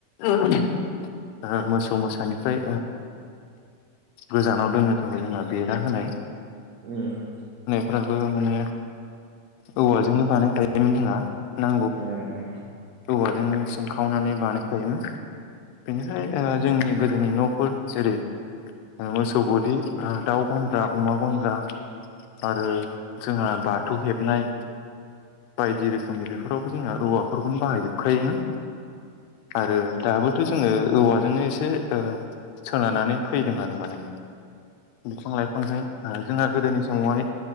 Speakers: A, on the left; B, on the right.
A: ओ मोसौ मोसौ मोसानिफ्राय गोजानाव दोननो थाखाय जोंहा बेरा होनाय
B: ओम
A: दाबो माने औवाजोंनो बानायखायोमोन जोंहा ना
B: ए ओम
A: औवाजोंनो सिंखावनानै बानायखायोमोन बेनिखाय ओ जोंनि गोदोनि न'फोर जेरै ओ मोसौ गलि ओ दाउ गन्द्रा अमा गन्द्रा आरो जोंहा बाथौ हेबनाय बायदि रोखोमनि बेफोरावबो जोंहा औवाफोरखौनो बाहायजोबखायोमोन आरो दाबो थ' जोङो औवाजोंनो एसे ओ सोनारानानै फैदों आरो माने बिफां लाइफांजों ओ जोंहा गोदोनि समावहाय